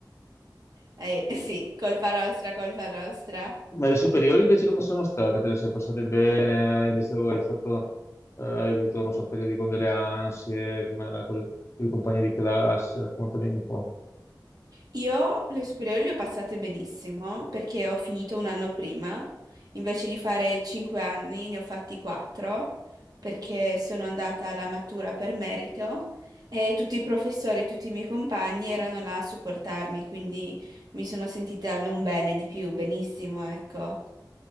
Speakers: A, on the right; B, on the left.
A: Eh, sì, colpa nostra, colpa nostra.
B: Ma le superiori invece come sono state? Te le sei passate bene? Invece hai fatto, eh, hai avuto, non so, periodi con delle ansie, come era con i compagni di classe? Raccontami un po'.
A: Io le superiori le ho passate benissimo perché ho finito un anno prima, invece di fare 5 anni ne ho fatti 4 perché sono andata alla matura per merito e tutti i professori, tutti i miei compagni erano là a supportarmi, quindi mi sono sentita non bene di più, benissimo, ecco.